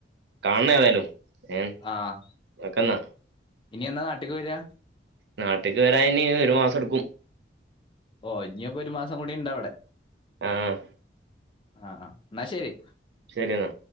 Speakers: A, on the right; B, on the left.
A: കാണണേ ഏതായാലും ഏഹ്
B: ആഹ്
A: ഓക്കെന്നാ.
B: ഇനി എന്നാ നാട്ടിക്ക് വെര്യാ
A: നാട്ടിക്ക് വെരാൻ ഇനി ഒരു മാസം എടുക്കും
B: ഓ ഇനിയപ്പം ഒരു മാസം കൂടി ഇണ്ട് അവടെ
A: ആഹ്
B: ആഹ് എന്നാ ശരി
A: ശരി എന്നാ